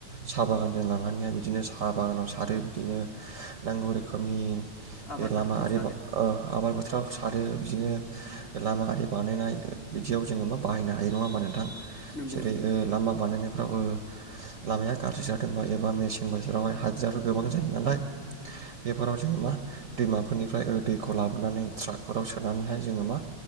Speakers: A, on the right (about 60°); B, on the left (about 40°).
A: साहा बागानजों लांनानैहाय बिदिनो साहा बागानाव सारो बिदिनो नांगौ रोखोमनि
B: आबाद फोथारफ्राव
A: लामा आरि
B: सारो
A: ओ आबाद बोथोराव सारो बिदिनो लामा आरि बानायनाय बिदियाव जोङो मा बाहायनो हायो नङा होमबा नोंथां?
B: नंगौ
A: जेरै
B: नोंथां
A: ओ लामा बानायनायफ्राव ओ लामाया गाज्रि जादोंबा एबा मेसें बोथोरावहाय हादिराबो गोबां जायो नालाय, बेफोराव जोङो मा दैमाफोरनिफ्राय दैखौ लाबोनानै ट्राकफोराव सोनानैहाय जोङो मा